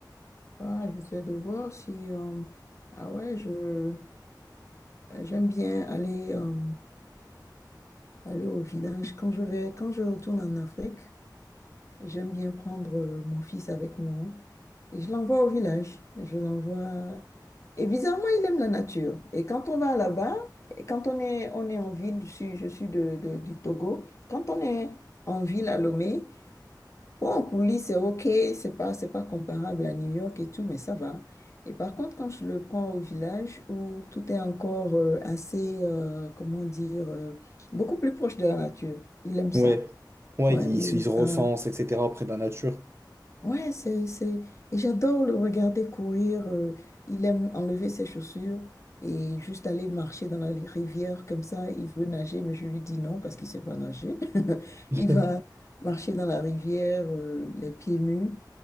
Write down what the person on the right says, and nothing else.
Ouais. Ouais,
ils,
ils
se recensent, etc. près de la nature.
<laughs>